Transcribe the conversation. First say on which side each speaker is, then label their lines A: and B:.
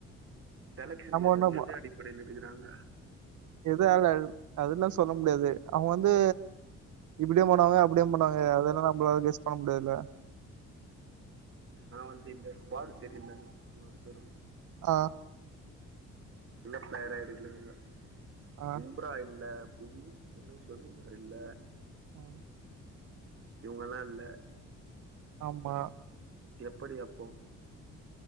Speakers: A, on the right; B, on the right.
A: செலக்ஷன் எத
B: ஒண்ணும்
A: எது அடிப்படைல எடுக்குறாங்க
B: எதால அது அதெல்லா சொல்ல முடியாது அவுங்க வந்து இப்பிடியு பண்ணுவாங்க அப்பிடியு பண்ணுவாங்க. அதெல்லா நம்மளால கெஸ் பண்ண முடியாதுல
A: நா வந்த இந்த ஸ்குவாடு செரி இல்லனு பதினோரு பேரு
B: ஆ
A: நல்ல ப்ளேயரா எடுக்கல இவுங்க உ
B: ஆ,
A: பும்ரா இல்ல புவின் புவனேஸ்வர் குமார் இல்ல
B: ம்
A: இவ்ங்கல்லா இல்ல
B: ஆமா
A: எப்படி அப்போ